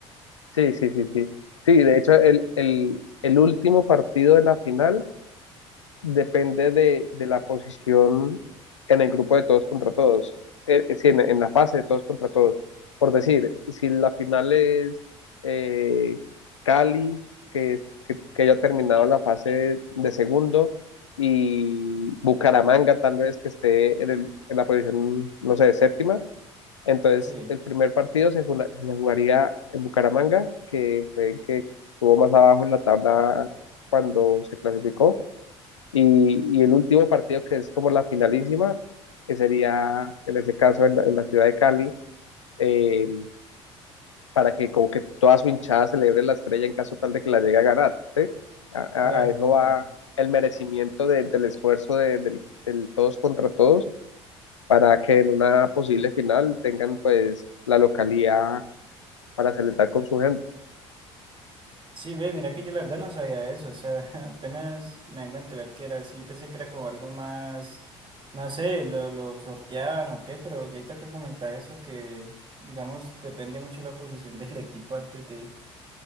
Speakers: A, on the left; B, on the right.
A: Sí, sí, sí, sí. Sí, de hecho, el, el, el último partido de la final depende de, de la posición en el grupo de todos contra todos, eh, es decir, en, en la fase de todos contra todos. Por decir, si la final es eh, Cali, que, es- que, que haya terminado la fase de segundo, y Bucaramanga tal vez que esté en, el- en la posición, no sé, séptima, entonces
B: Sí.
A: el primer partido se, jula- se jugaría en Bucaramanga, que fue el que estuvo más abajo en la tabla cuando se clasificó y, y el último partido, que es como la finalísima, que sería en ese caso en la, en la ciudad de Cali, eh, para que como que toda su hinchada celebre la estrella en caso tal de que la llegue a ganar. ¿sí? A, a-
B: Claro,
A: a eso
B: claro.
A: va el merecimiento de- del esfuerzo de, del, del todos contra todos para que en una posible final tengan pues la localía para celebrar con su gente.
B: Sí, ve, mira que yo la verdad no sabía eso, o sea, <laughs> apenas me vengo a enterar que era así, pensé que era como algo más, no sé, lo, lo sorteaban o qué, pero ya ahorita que comentás eso, que digamos, depende mucho la posición <laughs> del equipo antes de,